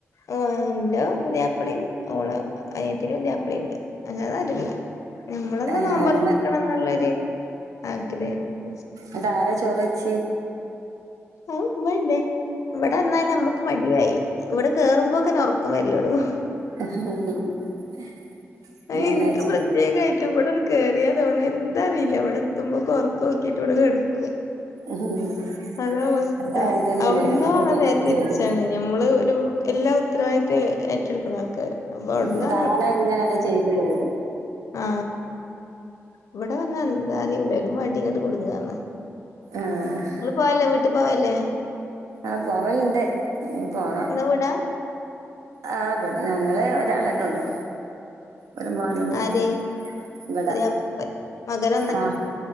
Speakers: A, on the left; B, on the right.
A: ഓ ഇന്റെ പുതിയാപ്ലിം ഓളെ അനി യ്യത്തിന്റെ പുതിയാപ്ലി ഇണ്ട്. അല്ലാതെ ആരുല്ല നമ്മളൊന്ന്
B: ഏഹ്
A: നൊമ്പർപ്പിക്കണം
B: അങ്ങനെ
A: എന്നുള്ളൊരു ആഗ്രഹം <unintelligible>
B: ഇന്നട്ടാരെ ചോറെച്ചി
A: ആഹ് ഉമ്മെന്നെ ഇവട വന്നാ ഞമ്മക്ക് മട് യായി ഇവടെ കേറുമ്പോക്ക്നെ ഒറക്കം വര്ല്ലോടങ്ങും.
B: <inaudible>
A: ആഹ്
B: ഉമ്മന്നെ
A: ഇൻക്ക്
B: വെച്ച്
A: പ്രത്യേകായ്റ്റു ഇവട <unintelligible> കേയറിയാതോണ് എന്തറിയില്ല ഇവിടെ എത്തുമ്പോക്കു ഒറക്കോക്കീട്ട് ഇവടെ കെടക്കും.
B: ഉം
A: അതാ അവസ്ത
B: അത് അങ്ങനെ തന്നെയാണ്
A: അവിട്ന്ന്
B: ഞങ്ങള്
A: ഓളെ
B: പെരേക്ക്
A: നേരെ
B: എത്തിയാല്
A: തിരിച്ചാണ്. ഞമ്മള് ഒരു എല്ലാ ഉത്തരവാദിത്തം ഏറ്റെടുക്ക്ണ ആൾക്കാര്. അപ്പൊ അവിടുന്ന്
B: അഹ് താന അങ്ങനേണ്ട് ചെയ്തു പോവും
A: ആ ഇവടെ വന്ന എന്താ അറിയൂല ഒരു മടിങ്ങട്ട് കുടുങ്ങാന്ന്.
B: ആഹ്
A: പോവല്ലെ വീട്ട്പോവല്ലേ
B: ആ പോവല് ഇണ്ട് ഇഞ് പോണം.
A: വ്ട
B: ആഹ് ബെടെ ഞങ്ങള് ഒരാളെന്നൊള്ളു. ഒരു മോനെന്നൊള്ളു.
A: ആര്
B: ഇവെട
A: പുതിയ മകൻ
B: ആഹ്